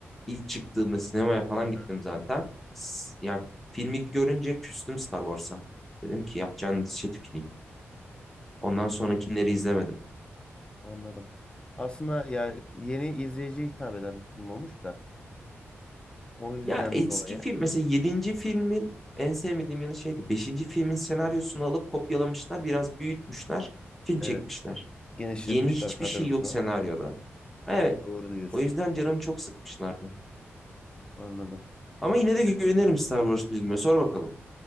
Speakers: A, in the centre; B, on the left.
A: İlk çıktığımda sinemaya falan
B: Aha.
A: gittim zaten. S- Ya filmi görünce küstüm Star Wars'a. Dedim ki yapacağın dişe tüküreyim. Ondan sonrakileri izlemedim.
B: Anladım. Aslında ya yeni izleyiciye hitap eden bir film olmuş da o yüzden
A: Ya eski
B: dolayı
A: film mesela yedinci filmin en sevmediğim yanı şeydi. beşinci filmin senaryosunu alıp kopyalamışlar, biraz büyütmüşler, film çekmişler.
B: evet genişletmişler
A: Yeni hiçbir
B: kadrosunu.
A: şey yok senaryoda. Evet
B: Doğru diyorsun.
A: O yüzden canım çok sıkmışlardı.
B: Anladım.
A: Ama yine de
B: Evet,
A: güvenirim Star Wars bilgime. Sor bakalım.